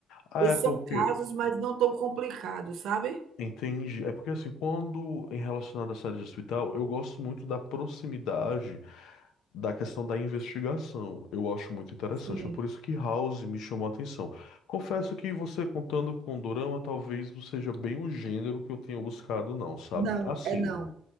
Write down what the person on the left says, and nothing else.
Ah,
é porque,
entendi. É porque assim, quando em relacionado à série de hospital, eu gosto muito da proximidade da questão da investigação. Eu acho muito interessante.
É por isso que House me chamou a atenção. Confesso que você contando com Dorama, talvez não seja bem o gênero que eu tenha buscado, não, sabe?
Assim,